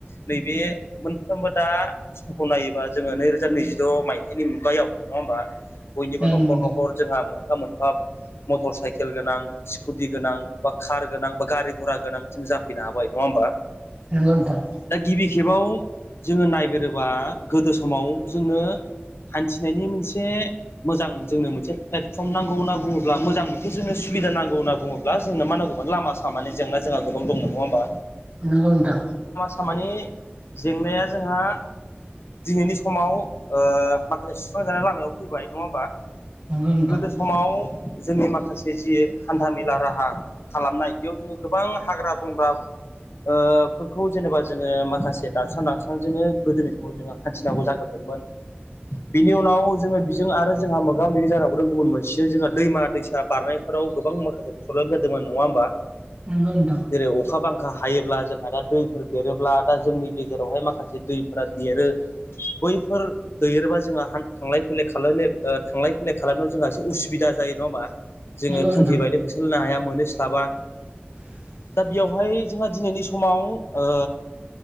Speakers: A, on the left; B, on the right.
A: नैबे मोनफ्रोमबो दा सम होलायोबा जोङो नैरोजा नैजिद' मायथाइनि मुगायाव नङा होमबा बयनिबो
B: ओं नंगौ
A: न'खर
B: नोंथां
A: न'खर जोंहा मोनफा मोनफा मटर साइकेल गोनां स्कुटि गोनां बा कार गोनां बा गारि घरा गोनां जों जाफैनो हाबाय नङा होमबा दा
B: नंगौ नोंथां
A: गिबि खेबाव जोङो नायगोरोबा गोदो समाव जोङो हान्थिनायनि मोनसे मोजां जोंनो मोनसे प्लेटफर्म नांगौ होनना बुङोब्ला मोजां मोनसे जोंनो सुबिदा नांग होनना बुोब्ला जोंनो मा नांगौमोन लामा सामानि जेंना जों गोबां दं नङा होमबा
B: नंगौ नोंथां
A: खामानि जेंनाया जोंहा दिनैनि समाव ओ माखासे सुस्रांजानाय लामायाव फैबाय नङा होमबा
B: नंगौ नोंथां
A: गोदो समाव जोंनि माखासे जि हान्था मेला राहा खालामनाय बेयाव जोङो गोबां हाग्रा बंग्रा ओ फोरखौ जेनेबा जोङो माखासे दानस्रां दानस्रां जोङो गोदोनि समाव जोङो हान्थिनांगौ जागोन मोन बिनि उनाव जोङो जों आरो जोंहा मोगा मोगि जानांगौदों गुबुन मोनसेजों जोंहा दैमा दैसा बारनायफोराव गोबां माखासे प्रब्लेम जादोंमोन। नङा होमबा
B: नंगौ नोंथां
A: जेरै अखा बां खा हायोब्ला जोंहा दा दैफोर देरोब्ला दा जोंनि गेजेरावहाय माखासे दैफोरा देरो बै फोर दैबा जोंहा थांलाय फैलाय थांलाय फैलाय खालामनायाव जोंहा एसे उसुबिदा जायो नङा होमबा जोङो
B: नंगौ
A: थांखि
B: नोंथां
A: बायदि होसोलांनो हाया मोनहैस्लाबा
B: <inaudible>
A: बेवहाय जोंहा दिनैनि समाव ओ